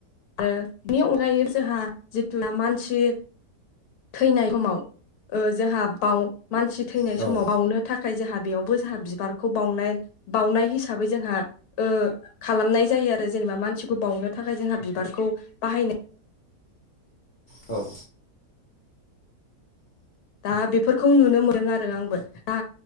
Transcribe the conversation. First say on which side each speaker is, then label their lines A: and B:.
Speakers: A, on the left; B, on the left.
A: आरो बेनि अनगायै जोंहा जिथुना मानसि थैनाय समाव ओ जोंहा बाव मानसि थैनाय
B: औ उम
A: समाव
B: औ
A: बावनो थाखाय जोंहा बेयावबो जोंहा बिबारखौ बावनाय बावनाय हिसाबै जोंहा ओ खालामनाय जायो आरो। ओ जेनेबा मानसिखौ बावनो थाखाय जोंहा बिबारखौ बाहा
B: औ।
A: दा बेफोरखौ नुनो मोनदों आरो आंबो दा।